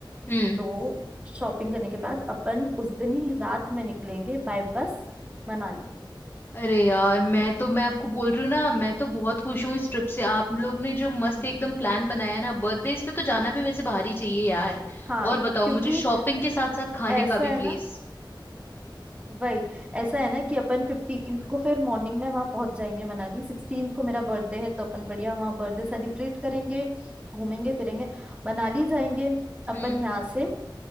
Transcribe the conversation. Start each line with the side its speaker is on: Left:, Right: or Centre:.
Left: हम्म
Right: तो शॉपिंग करने के बाद अपन उस दिन ही रात में निकलेंगे बाय बस मनाली
Left: अरे यार मैं तो मैं आपको बोल रही हूँ ना मैं तो बहुत खुश हूँ इस ट्रिप से आप लोग ने जो मस्त
Right: हम्म
Left: एकदम प्लान बनाया है ना बर्थडे इस पे तो जाना भी वैसे बाहर ही चाहिए यार
Right: हाँ
Left: और बताओ
Right: क्योंकि
Left: मुझे शॉपिंग के साथ साथ खाने
Right: ऐसा
Left: का भी
Right: है
Left: प्लीज
Right: ना वही ऐसा है ना कि अपन फिफ्टींथ को फिर मॉर्निंग में वहां पहुंच जाएंगे मनाली सिक्सटींथ को मेरा बर्थडे है तो अपन बढ़िया वहां बर्थडे सेलिब्रेट करेंगे घूमेंगे फिरेंगे मनाली जाएंगे अपन
Left: हम्म
Right: यहाँ से